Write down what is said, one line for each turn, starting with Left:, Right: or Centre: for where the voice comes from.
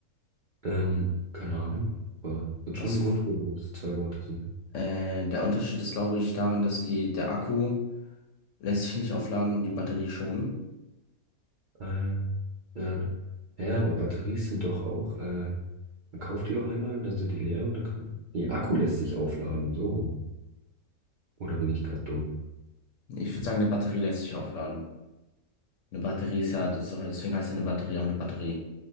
Right: Ähm, keine Ahnung, aber wird schon
Left: Was,
Right: einen Grund geben, dass es zwei Worte sind.
Left: äh, der Unterschied ist, glaube ich, darin, dass die, der Akku lässt sich nicht aufladen und die Batterie schon.
Right: Ähm, ja, ja, aber Batterien sind doch auch, äh, man kauft die doch einmal, dann sind die leer und dann kann, nee, Akku lässt sich aufladen, so rum. Oder bin ich gerade dumm?
Left: Ich würde sagen, eine Batterie lässt sich aufladen. Eine Batterie ist ja, das ist, auch- deswegen heißt ja eine Batterie auch eine Batterie.